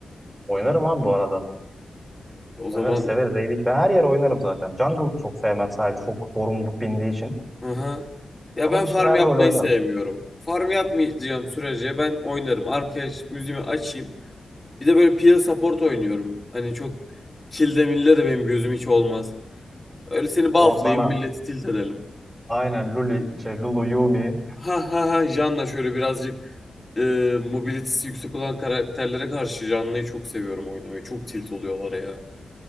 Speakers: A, on the right (about 20°); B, on the left (about 20°).
A: Oynarım abi bu arada.
B: o
A: Oynarız,
B: zaman
A: severiz, eğilik. Ben her yere oynarım zaten. Jungle çok sevmem sadece çok sorumluluk bindiği için.
B: Aha. Ya
A: Onun
B: ben
A: dışında
B: farm
A: her
B: yapmayı
A: rol oynarım.
B: sevmiyorum. Farm yapmayacağım sürece ben oynarım. Arkaya ş- müziğimi açayım. Bir de böyle peel support oynuyorum. Hani çok kilde milde de benim gözüm hiç olmaz. Öyle seni
A: O
B: bufflayayım
A: sana
B: milleti tilt edelim.
A: aynen Luli, şey, Lulu, Yumi.
B: Ha ha ha Janna şöyle birazcık e, mobilitesi yüksek olan karakterlere karşı Janna'yı çok seviyorum oynamayı. Çok tilt oluyorlar ya.